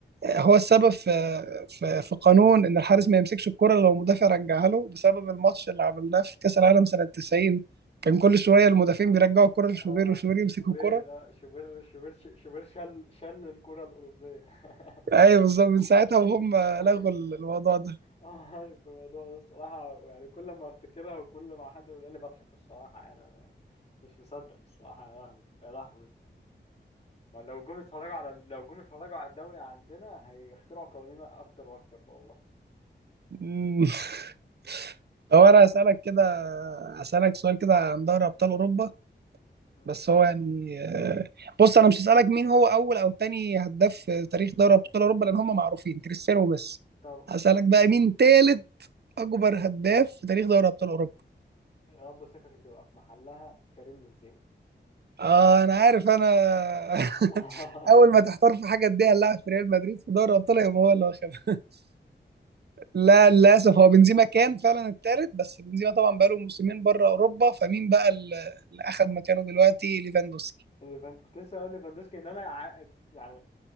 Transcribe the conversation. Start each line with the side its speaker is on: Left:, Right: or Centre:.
Right: هو السبب في في, في قانون ان الحارس ما يمسكش الكرة لو المدافع رجعها له بسبب الماتش اللي عملناه في كاس العالم سنة 90 كان كل شوية المدافعين بيرجعوا الكرة لشوبير
Left: اه
Right: وشوبير
Left: <laughs>
Right: يمسك
Left: شوبير
Right: الكرة
Left: اه شوبير شوبير شوبير شل شل الكرة الأوروبية <laughs>
Right: ايوه بالظبط من ساعتها وهم
Left: عارف
Right: لغوا الموضوع ده
Left: اه عارف الموضوع ده الصراحة يعني كل ما افتكرها وكل ما حد يقولها لي بضحك الصراحة يعني أنا مش مصدق الصراحة يا لهوي يا لهوي ما لو جم اتفرجوا على لو جم اتفرجوا على الدوري عندنا هيخترعوا قوانين اكتر واكتر والله
Right: مم. <laughs> طب انا هسألك كده هسألك سؤال كده عن دوري ابطال اوروبا
Left: ماشي
Right: بس هو يعني آه، بص انا مش هسألك مين هو اول او تاني هداف في تاريخ دوري ابطال اوروبا لان هم معروفين كريستيانو وميسي
Left: طب
Right: هسألك بقى مين تالت اكبر هداف في تاريخ دوري ابطال اوروبا
Left: يا رب ثقتي تبقى في محلها كريم بنزيما
Right: اه انا عارف انا
Left: <laughs>
Right: <laughs> اول ما تحتار في حاجه اديها اللاعب في ريال مدريد في دوري الابطال يبقى هو اللي واخدها <laughs> لا للاسف هو بنزيما كان فعلا التالت بس بنزيما طبعا بقاله موسمين بره اوروبا فمين بقى اللي اللي اخد مكانه دلوقتي ليفاندوسكي
Left: الليفان- كنت لسه اقول ليفاندوسكي ان انا ع- يعني